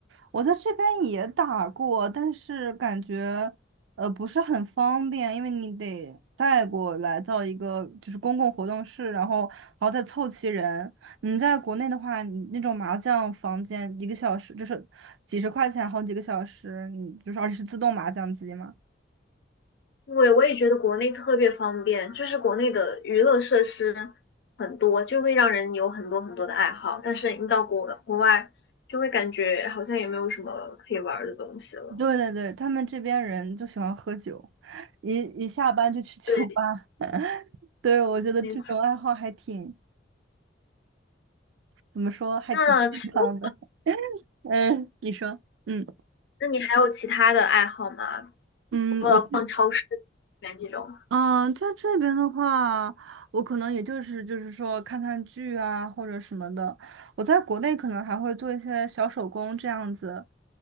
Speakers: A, on the right; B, on the left.
A: 我在这边也打过，但是感觉呃不是很方便，因为你得带过来到一个就是公共活动室，然后然后再凑齐人。你在国内的话，你那种麻将房间一个小时就是几十块钱，好几个小时，你就是而且是自动麻将机嘛。
B: 对，我也觉得国内特别方便，就是国内的娱乐设施很多，就会让人有很多很多的爱好。但是你到国国外，就会感觉好像也没有什么可以玩儿的东西了。
A: 对对对，他们这边人就喜欢喝酒，一一下班就去酒吧。
B: 对，
A: <laughs> 对，我觉得这种爱好还挺，
B: 没错。
A: 怎么说，还挺健康的。
B: 那除
A: <laughs> 嗯，你说，嗯
B: 那你还有其他的爱好吗？
A: 嗯，
B: 除了逛超市、
A: 我其
B: 园这种，
A: 嗯，在这边的话，我可能也就是就是说看看剧啊或者什么的。我在国内可能还会做一些小手工这样子，